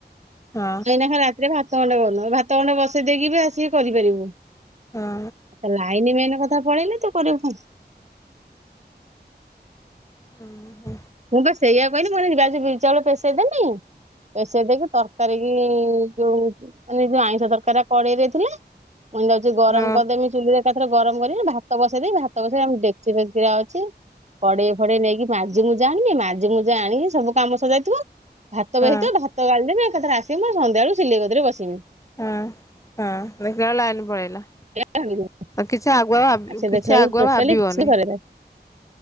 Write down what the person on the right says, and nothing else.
ଏଇନା ଖାଲି ରାତିରେ ଭାତ ଗଣ୍ଡେ କରୁନୁ ଏ ଭାତ ଖଣ୍ଡେ ବସେଇ ଦେଇକି ବି ଆସିକି କରିପାରିବୁ। ଏ
ତ ଲାଇନ ମେନ କଥା ପଳେଇଲି ତୁ କରିବୁ କଣ।
ମୁଁ ବା ସେଇଆ କହିଲି ମୁଁ କହିଲି ଯାଉଛି ବିରି ଚାଉଳ ପେଶେଇ ଦେମି ପେସେଇ ଦେଇକି ତର ତରକାରୀ କି ଯୋଉ ଏ ଯୋଉ ଆଇଁଷ ତରକାର ରା କଡେଇରେ ଥିଲେ। ମୁ ଯାଉଛି ଗରମ
କରିଦେମି ଚୁଲି ଏକାଥରେ ଗରମ କରିକି ଭାତ ବସେଇଦବି ଭାତ ବସେଇ ଆଉ ମୁଁ ଦେଖ ସେରା ଅଛି କଡେଇ ଫଡେଇ ନେଇକି ମାଜି ମୁ ଜାଣିନି ମାଜି ମାଜି ଆଣିକି ସବୁ କାମ ସଜାଇଥିବ ଭାତ
ବହିଥିବ ଭା ତ କାଲିି ଏକାଥରେ ଆସିବ ଆ ସନ୍ଧ୍ୟାବେଳୁ ସିଲିଗଦିରେ ବସିବି।
<inaudible>
ସେ
ଦେଖିଲା
ବେଳକୁ ଟୋଟାଲି
କିଛି କରେନା